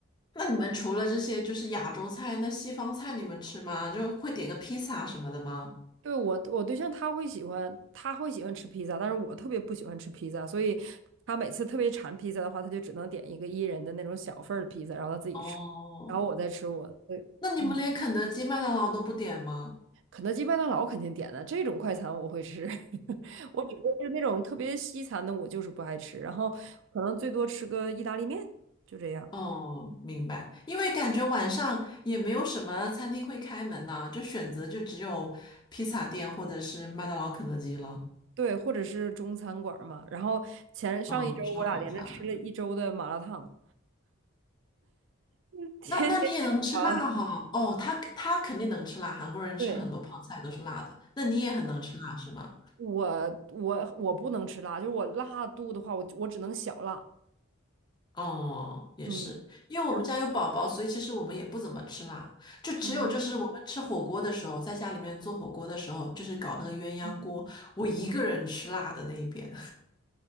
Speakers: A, on the left; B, on the right.
A: 那你们除了这些就是亚洲菜，那西方菜你们吃吗？就会点个披萨什么的吗？
B: 对，我，我对象他会喜欢，他会喜欢吃披萨，但是我特别不喜欢吃披萨，所以他每次特别馋披萨的话，他就只能点一个一人的那种小份儿的披萨，然后他自己吃，
A: 哦，
B: 然后我再吃我的。对，
A: 那你们连肯德基、
B: 嗯，
A: 麦当劳都不点吗？
B: 肯德基、麦当劳肯定点的，这种快餐我会吃，<laughs> 我只不过是那种特别西餐的，我就是不爱吃，然后可能最多吃个意大利面，就这样。
A: 哦，明白。因为感觉晚上也没有什么餐厅会开门呐、就选择就只有披萨店或者是麦当劳、肯德基了。
B: 对，或者是中餐馆儿嘛。然后前上一周我俩连着吃了一周的麻辣烫，
A: 嗯，烧烤啥的。
B: <laughs> 天天去吃麻辣烫。
A: 那那你也能吃辣哈、哦，他他肯定能吃辣，韩国人吃很多泡菜都是辣的。
B: 对，
A: 那你也很能吃辣是吗？
B: 我我我不能吃辣，就是我辣度的话，我我只能小辣。
A: 哦，也是，
B: 嗯，
A: 因为我们家有宝宝，
B: 然后
A: 所以其实我们也不怎么吃辣，就只有就是我们吃火锅的时候，
B: 嗯，
A: 在家里面做火锅的时候，就是搞那个鸳鸯锅，
B: 嗯
A: 我一个人吃辣的那一边。